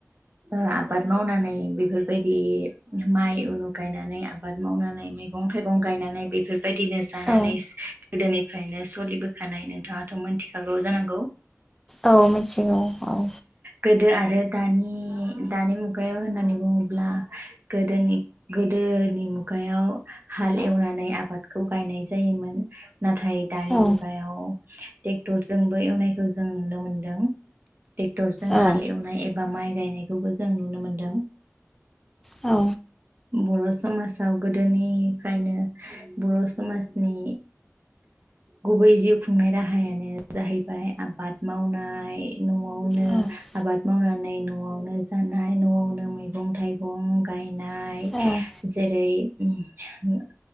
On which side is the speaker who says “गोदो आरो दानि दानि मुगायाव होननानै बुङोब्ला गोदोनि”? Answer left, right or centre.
Right